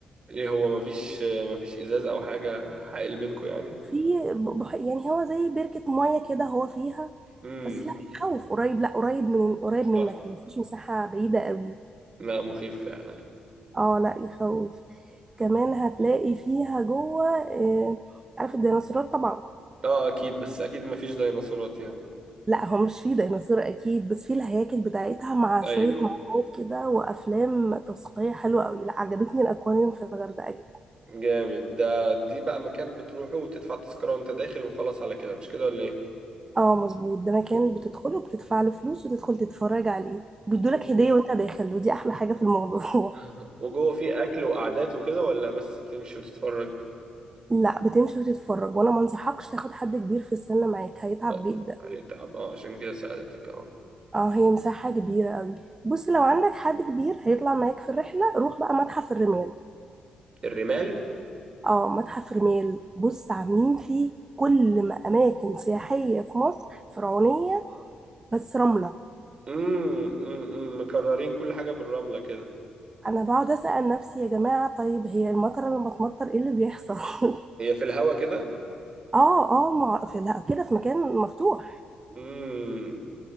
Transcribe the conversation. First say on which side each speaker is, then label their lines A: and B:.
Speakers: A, on the right; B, on the right.
A: ايه هو مفيش آه، مفيش ازاز او حاجة حائل بينكو يعني
B: في بح- يعني هو زي بركه ميه كده هو فيها
A: امم
B: بس لا يخوف قريب لا قريب من قريب منك
A: صح
B: ما فيش مساحه بعيده قوي
A: لا مخيف فعلا
B: اه لا يخوف كمان هتلاقي فيها جوه آه، عارف الديناصورات طبعا
A: اه اكيد بس اكيد مفيش ديناصورات يعني
B: لا هو مش فيه ديناصور اكيد بس فيه الهياكل بتاعتها مع
A: ايوه
B: شويه معلومات كده وافلام توثيقيه حلوه قوي لا عجبتني الاكواريوم في الغردقه جدا
A: جامد ده دي بقى مكان بتروحه وتدفع تذكرة وانت داخل وخلاص على كده مش كده ولا ايه
B: اه مظبوط ده مكان
A: و-
B: بتدخله بتدفع له فلوس وتدخل تتفرج عليه بيدولك
A: و-
B: هدية وانت داخل ودي احلى حاجة في الموضوع
A: <laughs> وجوه فيه اكل وقعدات وكده ولا بس تمشي وتتفرج
B: <laughs> لا بتمشي وتتفرج وانا ما انصحكش تاخد حد كبير في السن معاك هيتعب
A: اه
B: جدا
A: هيتعب اه عشان كده سألتك اه
B: اه هي مساحة كبيرة قوي بص لو عندك حد كبير هيطلع معاك في الرحلة روح بقى متحف الرمال
A: الرمال
B: اه متحف الرمال بص عاملين فيه كل ما اماكن سياحية في مصر فرعونية بس رملة
A: امم أمم، مكررين كل حاجة بالرملة كده
B: انا بقعد اسأل نفسي يا جماعة طيب هي المطر لما تمطر ايه اللي بيحصل <laughs>
A: هي في الهوا كده
B: اه اه مع... في لا كده في مكان مفتوح
A: امم